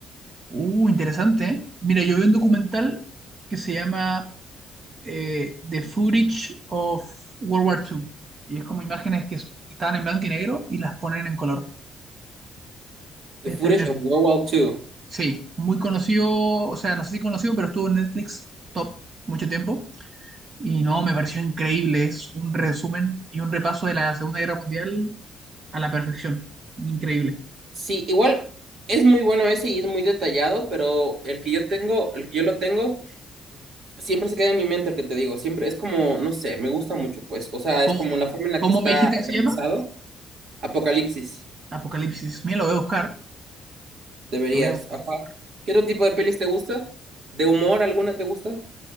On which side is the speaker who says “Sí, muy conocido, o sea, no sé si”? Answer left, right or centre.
Right